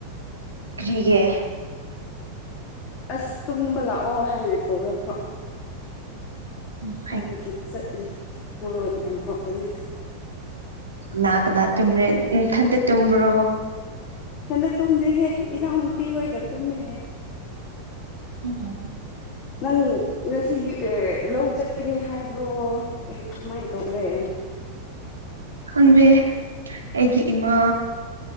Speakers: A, on the right; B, on the left.
A: ꯀ꯭ꯔꯤꯒꯤ
B: ꯑꯁ ꯇꯨꯝꯕ ꯂꯥꯛꯑꯣ ꯍꯥꯏꯅ ꯀꯧꯔꯛꯄ
A: ꯎꯝ
B: ꯑꯗꯨꯒꯤ ꯆꯠꯂꯤ ꯍꯣꯏ ꯌꯥꯝ ꯐꯕꯅꯦ
A: ꯀꯅꯥ ꯀꯅꯥꯇꯨꯝ꯭ꯔꯦ ꯅꯊꯟꯇ ꯇꯨꯝꯕ꯭ꯔꯣ
B: ꯊꯟꯗ ꯇꯨꯝꯗꯦꯍꯦ ꯏꯅꯥꯎꯅꯨꯄꯤ ꯍꯣꯏꯒ ꯇꯨꯝꯃꯦ
A: ꯎꯝ
B: ꯅꯪ ꯉꯁꯤ ꯑꯦ ꯂꯧ ꯆꯠꯀꯅꯤ ꯍꯥꯏꯕ꯭ꯔꯣ ꯀꯩ ꯀꯃꯥꯏꯅ ꯇꯧꯔꯦ
A: ꯈꯪꯗꯦ ꯑꯩꯒꯤ ꯏꯃꯥ